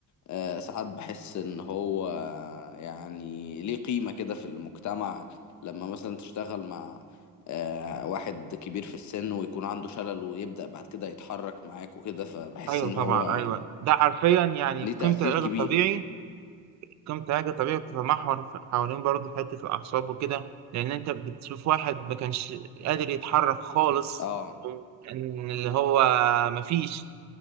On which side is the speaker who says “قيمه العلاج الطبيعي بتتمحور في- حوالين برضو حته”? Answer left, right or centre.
Right